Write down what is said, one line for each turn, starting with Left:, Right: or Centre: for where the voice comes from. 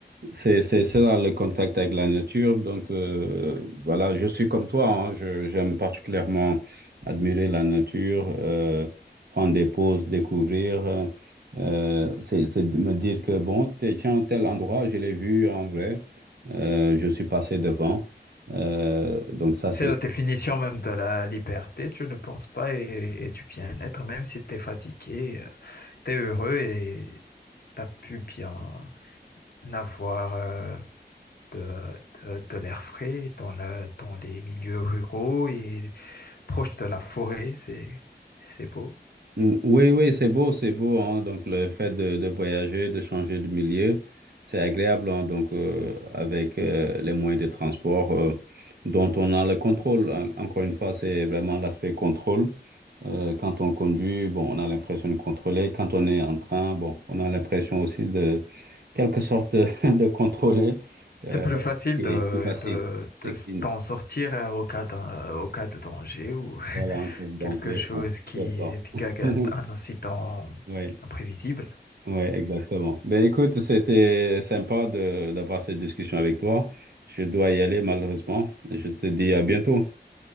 Right: C'est, c'est ça le contact avec la nature. Donc euh, voilà, je suis comme toi, hein. Je, j'aime particulièrement admirer la nature, euh, prendre des pauses, découvrir. euh, euh, c'est, c'est de me dire que bon, t- tiens, tel endroit, je l'ai vu en vrai, euh, je suis passé devant. Euh, donc ça,
Left: C'est
Right: c'est.
Left: la définition même de la liberté, tu ne penses pas et, et du bien-être, même si tu es fatigué, tu es heureux et tu as pu bien avoir euh, de, de- de l'air frais dans, la- dans les milieux ruraux et proche de la forêt, c'est c'est beau.
Right: Ou- Oui, oui, c'est beau, c'est beau, hein. Donc, le fait de, de voyager, de changer de milieu, c'est agréable, hein. Donc, euh, avec euh, les moyens de transport euh, dont on a le contrôle. En- encore une fois, c'est vraiment l'aspect contrôle. Euh, quand on conduit, bon, on a l'impression de contrôler. Quand on est en train, bon, on a l'impression aussi de, quelque sorte, de, <laughs> de contrôler. Euh,
Left: C'est plus facile
Right: c'est
Left: de,
Right: facile.
Left: de,
Right: C'est
Left: de s-
Right: qu'il
Left: d'en sortir euh, au cas d'un, euh, au cas de danger ou <laughs>
Right: voilà, un peu de danger.
Left: quelque chose
Right: Bon,
Left: qui
Right: je ne sais pas.
Left: est
Right: <laughs>
Left: qui a- un incident
Right: Oui.
Left: imprévisible.
Right: Ouais, exactement. Ben écoute, c'était sympa de d'avoir cette discussion avec toi. Je dois y aller malheureusement. Je te dis à bientôt.